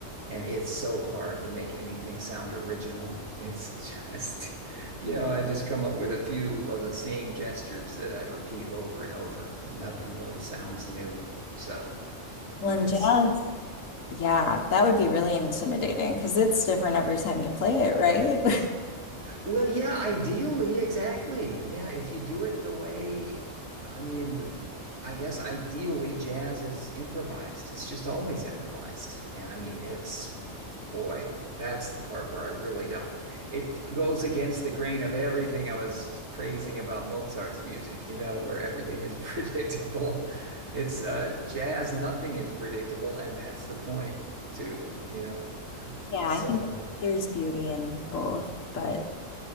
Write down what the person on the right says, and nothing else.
and it's so hard to make anything sound original. It's just, <laughs> you know, I just come up with a few of the same gestures that I repeat over and over, and nothing really sounds new. So
it's
uh,
Well, yeah, ideally, exactly. Yeah, if you do it the way, I mean, I guess ideally jazz is improvised. It's just always improvised. And I mean, it's, boy, that's the part where I really don't. It goes against the grain of everything I was praising about Mozart's music, you know, where everything is <laughs> predictable. It's uh, jazz, nothing is predictable, and that's the point too, you know.
So.